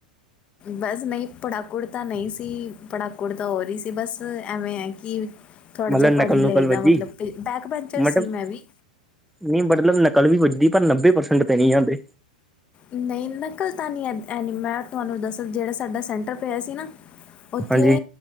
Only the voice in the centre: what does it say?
ਮਤਲਬ
ਨਕਲ
ਨੁਕਲ
ਵੱਜੀ
ਮਤਲਬ
ਨਹੀਂ ਮਤਲਬ ਨਕਲ ਵੀ ਵੱਜਦੀ ਪਰ ਨੱਬੇ ਪ੍ਰਸੈਂਟ ਤੇ ਨਹੀਂ ਜਾਂਦੇ।
ਹਾਂਜੀ